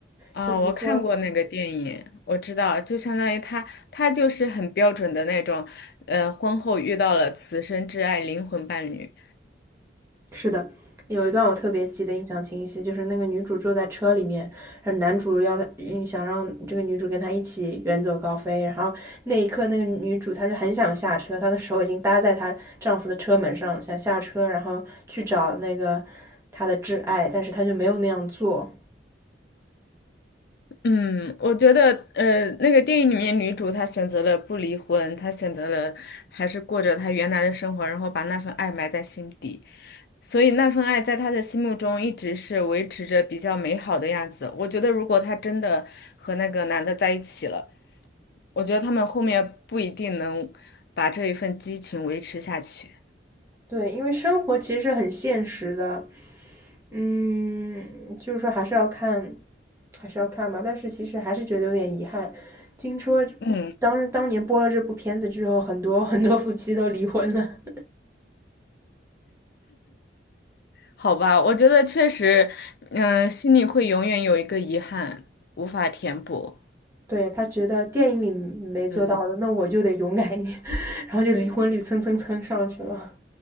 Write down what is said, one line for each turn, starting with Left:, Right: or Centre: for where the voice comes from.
Left: 啊，
Right: 就比如说。
Left: 我看过那个电影，我知道，就相当于他，他就是很标准的那种，呃，婚后遇到了此生挚爱灵魂伴侣。
Right: 是的，有一段我特别记得印象清晰，就是那个女主坐在车里面，然后男主要她嗯想让这个女主跟他一起远走高飞，然后那一刻那个女主她就很想下车，她的手已经搭在她丈夫的车门上，想下车然后去找那个她的挚爱，但是她就没有那样做。
Left: 嗯，我觉得，呃，那个电影里面女主她选择了不离婚，她选择了还是过着她原来的生活，然后把那份爱埋在心底，所以那份爱在她的心目中一直是维持着比较美好的样子。我觉得，如果她真的和那个男的在一起了。我觉得他们后面不一定能把这一份激情维持下去。
Right: 对，因为生活其实是很现实的，嗯，就是说还是要看，还是要看吧。但是其实还是觉得有点遗憾。听说
Left: 嗯，
Right: 当当年播了这部片子之后，很多 <laughs> 很多夫妻都离婚了。
Left: 好吧，我觉得确实，嗯、心里会永远有一个遗憾，无法填补。
Right: <laughs> 对，他觉得电影里没做到的，
Left: 嗯，
Right: 那我就得勇敢一点，<laughs> 然后就离婚率蹭蹭蹭上去了。